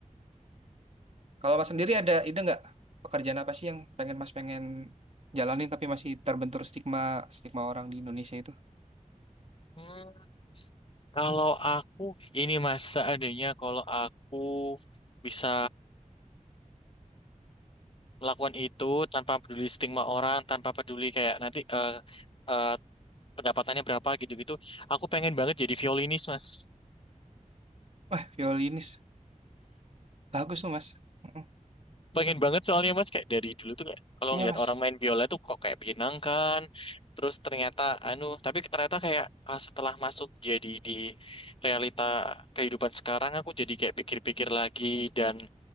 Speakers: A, on the right; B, on the left.
A: Kalau mas sendiri ada ide nggak pekerjaan apa sih yang pengen mas pengen jalanin tapi masih terbentur stigma stigma orang di Indonesia itu?
B: Hmm, kalau aku ini mas seandainya kalau aku bisa melakukan itu tanpa peduli stigma orang tanpa peduli kayak nanti eh, eh, pendapatannya berapa gitu-gitu aku pengen banget jadi violinis mas
A: Wah, violinis. Bagus tuh, Mas. Mm-mm.
B: pengen banget soalnya mas kayak dari dulu tuh kayak kalau
A: Iya,
B: ngeliat
A: Mas.
B: orang main biola tuh kok kayak menyenangkan terus ternyata anu tapi ternyata kayak ah, setelah masuk jadi di realita kehidupan sekarang aku jadi kayak pikir-pikir lagi dan